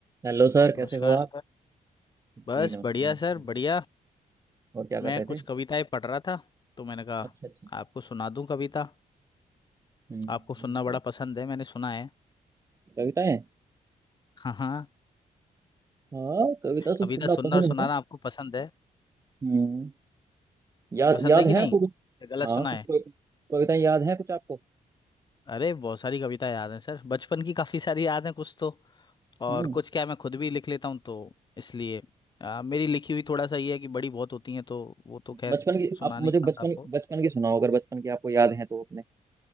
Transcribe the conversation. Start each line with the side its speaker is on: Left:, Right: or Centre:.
Right: Hello sir
Left: नमस्कार
Right: कैसे हो आप
Left: सर बस
Right: जी नमस्कार
Left: बढ़िया
Right: हाँ,
Left: सर बढ़िया
Right: और क्या कर
Left: मैं
Right: रहे
Left: कुछ
Right: थे
Left: कविताएं पढ़ रहा था तो मैंने कहा
Right: अच्छा अच्छा
Left: आपको सुना दूं कविता
Right: हम्म,
Left: आपको सुनना बड़ा पसंद है मैंने सुना है
Right: कविताएं
Left: हाँ हाँ
Right: हाँ कविता तो
Left: कविता
Right: सुनना
Left: सुनना
Right: पसंद
Left: और सुनाना
Right: है
Left: आपको पसंद है
Right: हम्म याद
Left: पसंद
Right: याद
Left: है कि
Right: है
Left: नहीं
Right: आपको
Left: या
Right: कुछ
Left: गलत
Right: हाँ
Left: सुना
Right: कुछ
Left: है
Right: कोई कविताएं याद हैं कुछ आपको
Left: अरे बहुत सारी कविता याद हैं सर बचपन की काफ़ी सारी याद हैं कुछ तो और
Right: हम्म
Left: कुछ क्या है, मैं खुद भी लिख लेता हूँ तो इसलिए आ, मेरी लिखी हुई थोड़ा सा ये है कि बड़ी बहुत होती हैं तो वो तो खैर
Right: बचपन की
Left: सुना
Right: आप
Left: नहीं
Right: मुझे
Left: पाता
Right: बचपन
Left: आपको
Right: बचपन की सुनाओ अगर बचपन की आपको याद है तो अपने